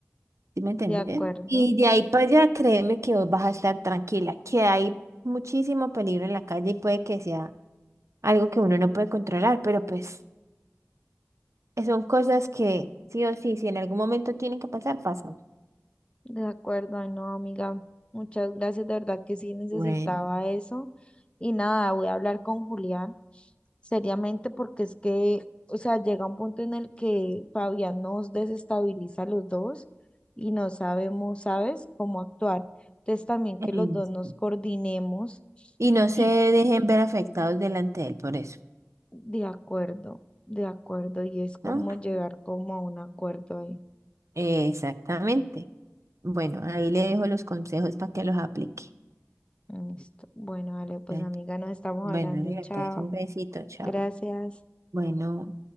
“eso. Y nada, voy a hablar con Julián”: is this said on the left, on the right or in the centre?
Left